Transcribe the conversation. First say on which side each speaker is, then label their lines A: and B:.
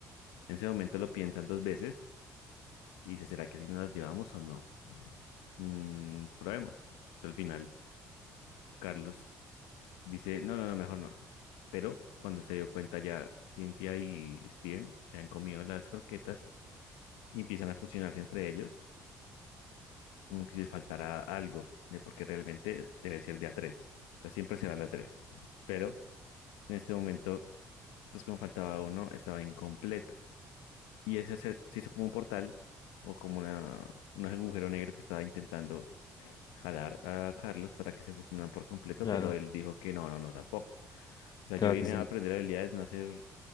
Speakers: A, on the left (about 80°); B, on the left (about 55°).
A: En ese momento lo piensan dos veces y dice, ¿será que si nos las llevamos o no? Mm, probemos. Entonces, al final, Carlos dice, no, no, no, mejor no. Pero cuando se dio cuenta ya, Cynthia y Steven se han comido las croquetas y empiezan a fusionarse entre ellos como que si les faltará algo, ¿eh? porque realmente debe ser de a tres. Entonces siempre se van de a tres. Pero en este momento, pues como faltaba uno, estaba incompleto. Y ese se, se hizo como un portal o como una, un agujero negro que estaba intentando jalar a Carlos para que se fusionaran por completo,
B: Claro,
A: pero él dijo que no, no, no, tampoco. O sea,
B: claro
A: yo vine
B: que sí.
A: a aprender habilidades, no a hacer